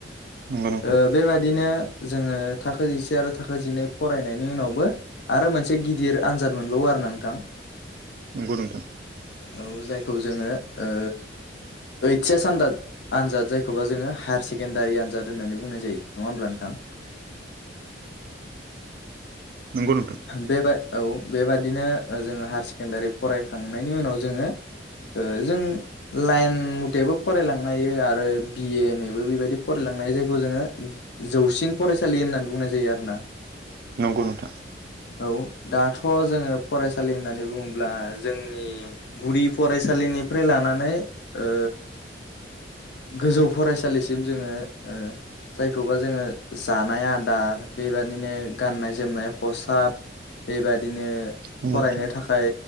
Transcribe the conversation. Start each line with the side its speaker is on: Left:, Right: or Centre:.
Right: नंगौ नोंथां
Left: ओ बेबादिनो जोङो थाखो जिसे आरो थाखो जिनै फरायनायनि उनावबो आरो मोनसे गिदिर आनजाद मोनबावो बारना नोंथां।
Right: नंगौ नोंथां।
Left: औ जायखौ जोङो ओ ओइस एस आनजाद जायखौबा जोङो हायार सेकेण्डारि आनजाद होननानै बुंनाय जायो नङा होमब्ला नोंथां?
Right: नंगौ नोंथां
Left: बेबा औ बेबादिनो जोङो हायार सेकेणडारि फरायखांनायनि उनाव जोङो ओ जों लाइन मतेबो फरायलांनो हायो आरो बि ए एम ए बो बेबायदि फरायलांनो हायो जायखौ जोङो जौसिन फरायसालि होननानै बुंनाय जायो आरोना।
Right: नंगौ नोंथां।
Left: औ दाथ' जोङो फरायसालि होननानै बुङोब्ला जोंनि गुदि फरायसालिनि फ्राय लानानै ओ गोजौ फरायसालिसिम जोङो ओ जायखौबा जोङो जानाय आदार बेबादिनो गाननाय जोमनाय खसाब बेबादिनो
Right: नंगौ
Left: फरायनो थाखाय